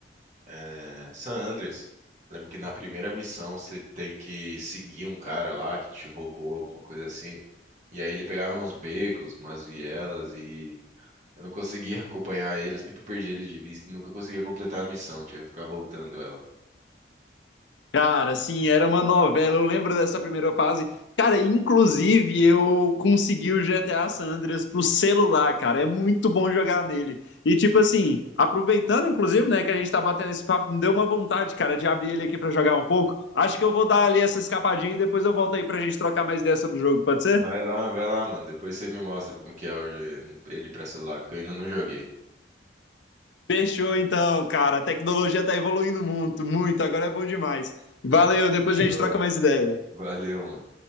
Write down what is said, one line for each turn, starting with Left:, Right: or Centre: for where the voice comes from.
Right: é, San Andreas. Lembro que na primeira missão você tem que seguir um cara lá que te roubou alguma coisa assim. E aí ele pegava uns becos, umas vielas e eu não conseguia <laughs> acompanhar ele, eu sempre perdi ele de vista e nunca conseguia completar a missão, tinha que ficar voltando ela.
Left: Cara, assim, era uma novela. Eu lembro dessa primeira fase. Cara, inclusive eu consegui o GTA San Andreas pro celular, cara. É muito bom jogar nele. E tipo assim, aproveitando inclusive, né, que a gente tá batendo esse papo, me deu uma vontade, cara, de abrir ele aqui para jogar um pouco. Acho que eu vou dar ali essa escapadinha e depois eu volto aí pra gente trocar mais ideia sobre o jogo, pode ser?
Right: Vai lá, vai lá, mano. Depois você me mostra como que é o- ele pra celular, porque eu ainda não joguei.
Left: Fechou então, cara. A tecnologia tá evoluindo muito, muito. Agora é bom demais. Valeu, depois
Right: Fechou.
Left: a gente troca mais ideia.
Right: Valeu, mano.